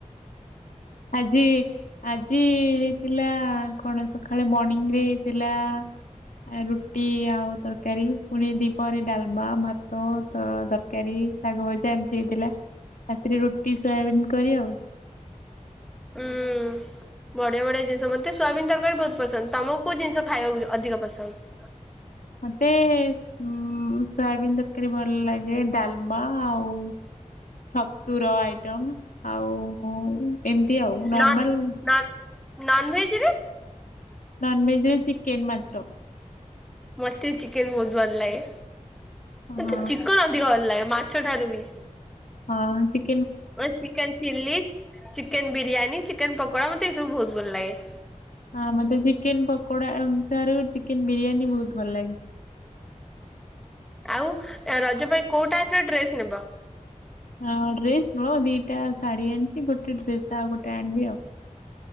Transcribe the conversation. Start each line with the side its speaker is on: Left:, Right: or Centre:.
Left: ଆଜି ଆଜି ହେଇଥିଲା କଣ ସକାଳେ ମର୍ଣିଂ ରେ ହେଇଥିଲା ଆ ରୁଟି ଆଉ ତରକାରୀ ପୁଣି ଦିପହରେ ଡାଲମା ଭାତ ତ ତର ତରକାରୀ, ଶାଗ, ଭଜା ଏମିତି ହେଇଥିଲା। ରାତିରେ ରୁଟି ସୋୟାବିନ କରି ଆଉ।
Centre: ଉଁ ବଢିଆଢିଆ ଜିନିଷ ମତେ ସୋୟାବିନ ତରକାରୀ ବୋହୁତ ପସନ୍ଦ। ତମକୁ କୋଉ ଜିନିଷ ଖାଇବାକୁ ଅଧିକ ପସନ୍ଦ?
Left: ମତେ ଉଁ ସୋୟାବିନ ତ ରକାରୀ ଭଲ ଲାଗେ ଡାଲମା ଆଉ ଛତୁର ଆଇଟମ ଆଉ। ଏମିତି ଆଉ ନର୍ମାଲ
Centre: ନ-ନ-ନନ୍ ଭେଜ ନା
Left: ନନ୍ ଭେଜରେ ଚିକେନ୍ ମାଛ।
Centre: ମତେ ଚିକେନ ବୋହୁତ ଭଲ ଲାଗେ।
Left: ହଁ
Centre: ମତେ ଚିକେନ ଅଧିକ ଭଲ ଲାଗେ ମାଛ ଠାରୁ ବି।
Left: ହଁ ଚି
Centre: ମତେ chicken chilli, chicken biryani, chicken pakora ମତେ ଏସବୁ ବୋହୁତ ଭଲ ଲାଗେ।
Left: ହଁ ମତେ ଚିକେନ ପକୋଡା ଠାରୁ ଚିକେନ ବିରିୟାନୀ ବୋହୁତ ଭଲ ଲାଗେ।
Centre: ଆଉ ରଜ ପାଇଁ କୋଉ ଟାଇପ ର ଡ୍ରେସ ନେବ?
Left: ହଁ ଡ୍ରେସ ନୁହଁ ଦିଇଟା ଶାଢୀ ଆଣିଚି ଗୋଟେ ଡ୍ରେସ ଆଉ ଗୋଟେ ଆଣିବି ଆଉ।